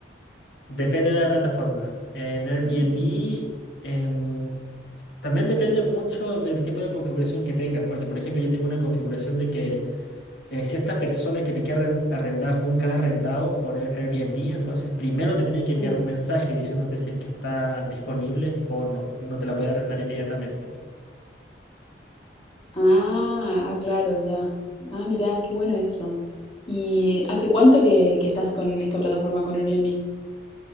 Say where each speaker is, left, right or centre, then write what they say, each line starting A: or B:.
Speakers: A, on the left; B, on the left.
A: Depende de la plataforma. En Airbnb
B: Mm.
A: em, también depende mucho del tipo de configuración que tengas, porque por ejemplo yo tengo una configuración de que eh, si esta persona que te quiere arren- arrendar nunca ha arrendado por Air- Airbnb, entonces primero te tiene que enviar
B: Mm.
A: un mensaje diciéndote si es que está disponible o no. No te la puede arrendar inmediatamente.
B: Ah, ah, claro, ya. Ah, mirá, qué bueno eso. ¿Y hace cuánto que, que estás con esta plataforma, con Airbnb?